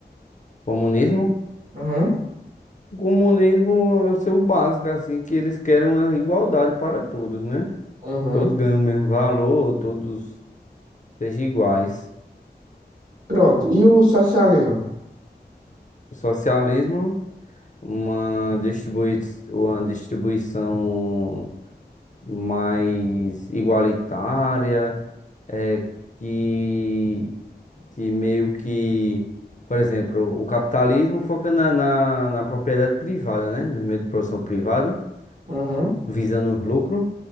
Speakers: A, on the left; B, on the right.
A: Comunismo?
B: Uhum,
A: O comunismo é o seu básico, assim, que eles querem uma igualdade para todos, né?
B: uhum.
A: Todos ganham o mesmo valor, todos sejam iguais.
B: Pronto. E o socialismo?
A: O socialismo, uma distribui uma distribuição mais igualitária, é, que que meio que, por exemplo, o capitalismo foca na, na, na propriedade privada, né? No meio de produção privada,
B: Uhum,
A: visando os lucros.